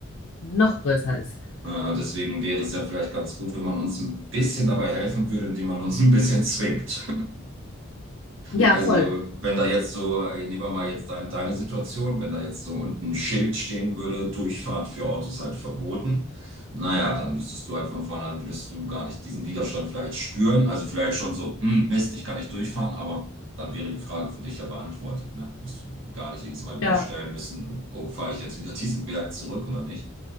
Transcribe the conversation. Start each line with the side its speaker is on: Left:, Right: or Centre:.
Left: noch größer ist.
Right: Äh, deswegen wäre es ja vielleicht ganz gut, wenn man uns ein bisschen dabei helfen würde, indem man uns ein bisschen zwingt.
Left: Ja,
Right: Also,
Left: voll.
Right: wenn da jetzt so, äh, nehmen wir mal jetzt dein, deine Situation, wenn da jetzt so unten ein Schild stehen würde, Durchfahrt für Autos halt verboten, naja, dann wüsstest du halt von vornherein, würdest du gar nicht diesen Widerstand vielleicht spüren. Also vielleicht schon so, "Hm, Mist, ich kann nicht durchfahren, aber dann wäre die Frage für dich ja beantwortet, ne? Wirst du die gar nicht jedes Mal wieder
Left: Ja.
Right: stellen müssen, oh, oh, fahre ich jetzt wieder diesen Berg zurück oder nicht?